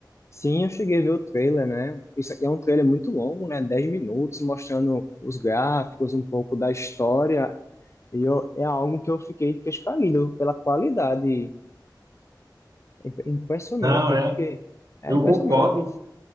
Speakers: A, on the left; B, on the right.
A: Sim, eu cheguei a ver o trailer, né? Isso aqui é um trailer muito longo, né? dez minutos, mostrando os gráficos, um pouco da história. E eu, é algo que eu fiquei de queixo caído pela qualidade. É imp- impressionante,
B: Não, é,
A: porque é
B: eu
A: impressionante.
B: concordo.